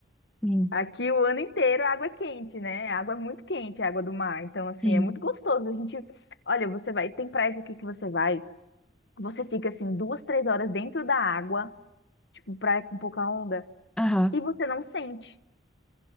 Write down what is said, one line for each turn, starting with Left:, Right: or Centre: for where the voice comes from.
Centre: sim,
Left: Aqui o ano inteiro a água é quente, né? A água é muito quente, a água do mar. Então, assim,
Centre: sim.
Left: é muito gostoso. A gente, olha, você vai, tem praias aqui que você vai, você fica assim duas, três horas dentro da água, tipo praia com pouca onda.
Centre: Aham.
Left: e você não sente,